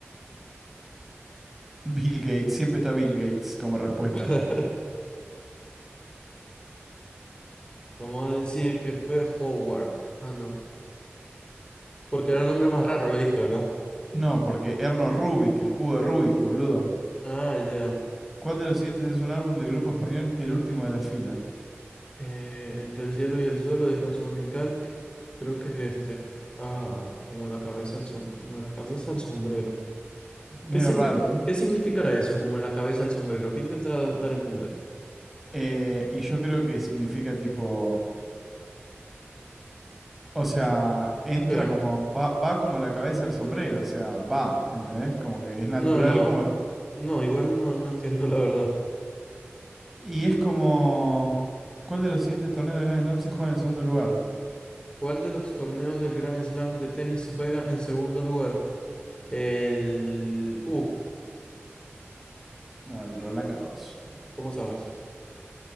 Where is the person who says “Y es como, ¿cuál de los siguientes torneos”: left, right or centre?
Centre